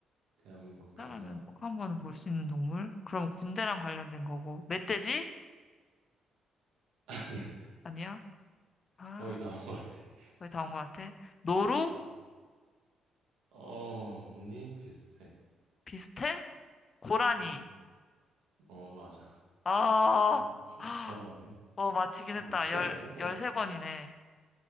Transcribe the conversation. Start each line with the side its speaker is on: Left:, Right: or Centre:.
Right: 대한민국
Left: 사람은
Right: 남자라면.
Left: 꼭 한 번은 볼 수 있는 동물? 그럼 군대랑 관련된 거고. 멧돼지?
Right: <laughs> 아니야,
Left: 아니야? 아,
Right: 거의 다 온 것 같아.
Left: 거의 다온 것 같아. 노루?
Right: 어, 어, 언니 비슷해.
Left: 비슷해? 고라니.
Right: 음, 어, 맞아.
Left: 아.
Right: 어, 저,
Left: 아,
Right: 잘하네.
Left: 어, 마치긴 했다.
Right: 어, 어떻게
Left: 열,
Right: 알았어? 어,
Left: 열세 번이네.